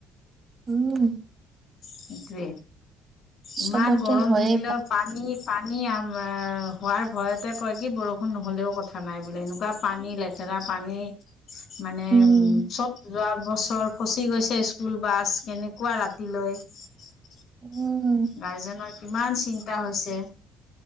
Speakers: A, on the right; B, on the left.
A: উম‌
B: সেইটোৱে ইমান
A: চবতে
B: গৰম
A: হয়ে
B: থাকিলে পানী প‌ানী আাননিম <inaudible> হোৱাৰ ভয়তে কয় কি বৰষুণ নহ'লেও কথা নাই বোলে এনেকুৱা‌ পানী লেতেৰা পানী মানে
A: উম,
B: উ চব যোৱা বছৰ ফচি গৈছে স্কুল বাছ। কেনেকুৱা ৰাতিলৈ <unintelligible>
A: উম,
B: গাৰ্জেনৰ কিমান চিন্তা হৈছে